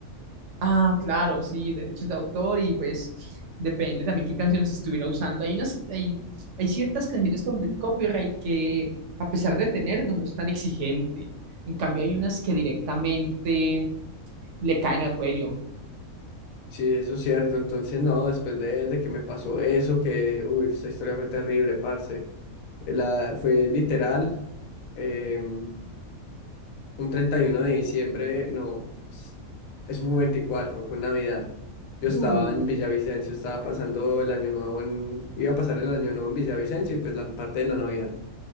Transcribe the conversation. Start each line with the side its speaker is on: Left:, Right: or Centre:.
Right: Ah, claro, sí, derechos de autor y pues depende también qué canciones estuviera usando. Hay unas, hay, hay ciertas canciones con del copyright que a pesar de tenerlo no es tan exigente. En cambio hay unas que directamente le caen al cuello.
Left: Sí, eso es cierto. Entonces, no, después de, de que me pasó eso, que, uy, esa historia fue terrible, parce. La, fue literal, eh, un 31 de diciembre, no, eso fue un 24 fue Navidad. Yo estaba
Right: Uh,
Left: en Villavicencio, estaba pasando el año nuevo en, iba a pasar el año nuevo en Villavicencio y pues la parte de la Navidad.